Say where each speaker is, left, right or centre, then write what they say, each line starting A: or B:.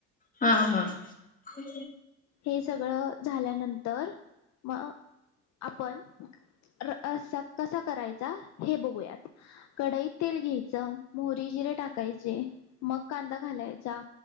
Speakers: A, on the left; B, on the left.
A: हा हा ह
B: हे सगळं झाल्यानंतर मग आपण र रस्सा कसा करायचा हे बघूयात. कडईत तेल घ्यायचं मोहरी, जिरे टाकायचे मग कांदा घालायचा.